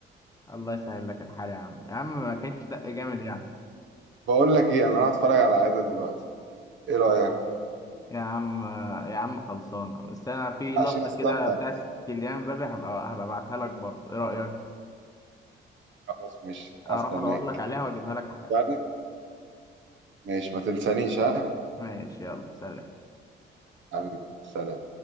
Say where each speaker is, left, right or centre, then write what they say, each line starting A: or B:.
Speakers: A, on the left; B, on the right.
A: الله يسهل لك الحال يا عم يا عم ما كانتش دق جامد يعني
B: بقول لك ايه انا راح اتفرج على عاده دلوقتي ايه رايك
A: يا عم يا عم خلصانة بس انا في
B: عشان
A: لقطة
B: استمتع
A: كده بتاعت
B: بس
A: كيليان مبابي هبقى هبقى ابعتها لك برضه ايه رأيك
B: خلاص ماشي
A: هروح
B: استناك
A: ادور لك عليها واجيبها لك حالا
B: يعني ماشي ما تنسانيش ها
A: ماشي يلا سلام
B: حبيبي سلام